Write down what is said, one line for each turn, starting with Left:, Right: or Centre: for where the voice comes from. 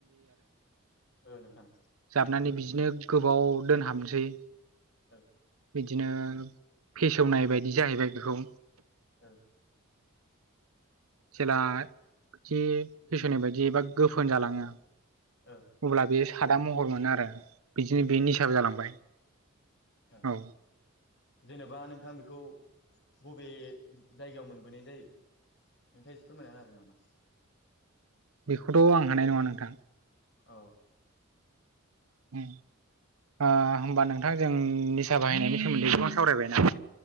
Left: औ नोंथां।
Right: जाबनानै बिदिनो गोबाव दोनहाबसै।
Left: औ।
Right: बिदिनो फेसेवनाय बायदि जाहैबाय बेखौ।
Left: ओ।
Right: जेला जि फेसननि बायदि एबा गोफोन जालाङो।
Left: ओ
Right: अब्ला बेयो सादा महर मोनो आरो बिदिनो बे
Left: ओ
Right: निसाबो जालांबाय।
Left: ओ
Right: औ
Left: जेनेबा नोंथां बेखौ। बबे जायगायाव मोनबोनाय जायो नोंथाङा एसे फोरमायना मोनो हागोन नामा?
Right: बेखौथ' आं हानाय नङा नोंथां।
Left: औ।
Right: ओम। ओ होमबा नोंथांजों निसा बाहायनायनि सोमोन्दै गोबां सावरायबाय ना?